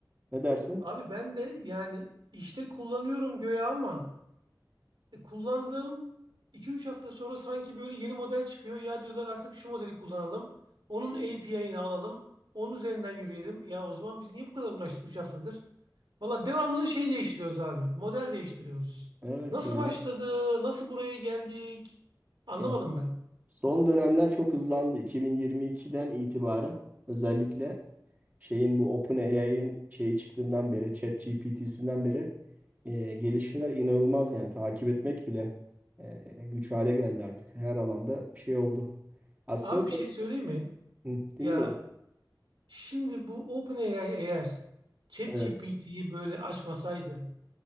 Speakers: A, on the right; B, on the right.
A: Ne dersin?
B: Abi ben de yani işte kullanıyorum göğe ama E, kullandığım 2-3 hafta sonra sanki böyle yeni model çıkıyor. Ya diyorlar artık şu modeli kullanalım. Onun API'ini alalım. Onun üzerinden yürüyelim. Ya o zaman biz niye bu kadar uğraştık 3 haftadır? Valla devamlı şey değiştiriyoruz abi. Model değiştiriyoruz.
A: Evet
B: Nasıl
A: ya.
B: başladı? Nasıl buraya geldik? Anlamadım
A: Yani
B: ben.
A: son dönemler çok hızlandı. 2022'den itibaren özellikle şeyin bu OpenAI'ın şeyi çıktığından beri ChatGPT'sinden beri e, gelişmeler inanılmaz yani takip etmek bile e, güç hale geldi artık. Her alanda bir şey oldu. Aslında
B: Abi bir
A: şey,
B: şey söyleyeyim mi?
A: Hı, dinliyorum.
B: Ya şimdi bu OpenAI eğer ChatGPT'yi
A: Evet.
B: böyle açmasaydı